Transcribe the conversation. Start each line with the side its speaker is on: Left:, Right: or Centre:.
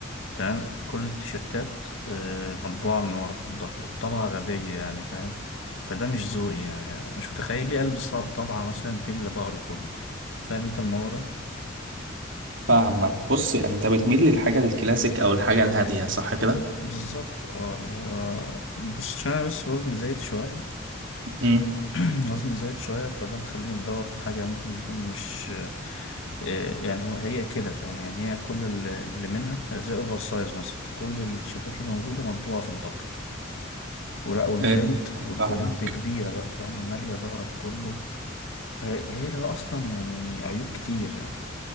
Left: تمام كل التيشيرتات آه، مطبوعة من ورا في الظهر والطبعة غبية يعني فاهم فده مش ذوقي يعني مش متخيل ليه ألبس طب- طبعة مثلا تملى ظهري كله فاهم انت الموضوع ده
Right: فاهمك بص انت بتميل للحاجه الكلاسيك او الحاجه الهاديه صح كده
Left: بالظبط اه اللي هو بص عشان انا بس وزني زايد شوية
Right: م.
Left: <clears throat> وزني زايد شوية فده مخليني بدور في حاجة ممكن يكون مش آه، يعني هو هي كده فاهم يعني هي كل اللي اللي منها زي اوفر سايز مثلا كل التيشيرتات اللي موجودة مطبوعة في الظهر ولا والبرنت
Right: إيه،
Left: والبرنت
Right: فاهمك
Left: كبيرة بقى فاهمة مالية ظهرك كله فهي لها أصلا يعني عيوب كتير يعني